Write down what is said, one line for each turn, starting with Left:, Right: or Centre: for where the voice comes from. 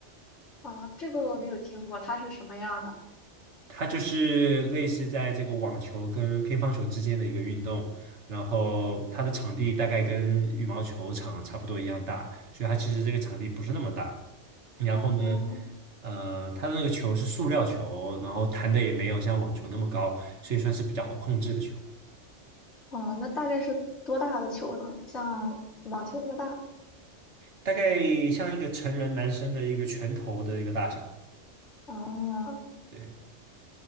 Left: 啊，这个我没有听过，它是什么样的？
Right: 它就是类似在这个网球跟乒乓球之间的一个运动，然后它的场地大概跟羽毛球场啊差不多一样大，所以它其实这个场地不是那么大。然后呢，
Left: 哦
Right: 呃，它的那个球是塑料球，然后弹的也没有像网球那么高，所以算是比较好控制的球，
Left: 哦，那大概是多大的球呢？像网球那么大？
Right: 大概像一个成人男生的一个拳头的一个大小。
Left: 哦，
Right: 对，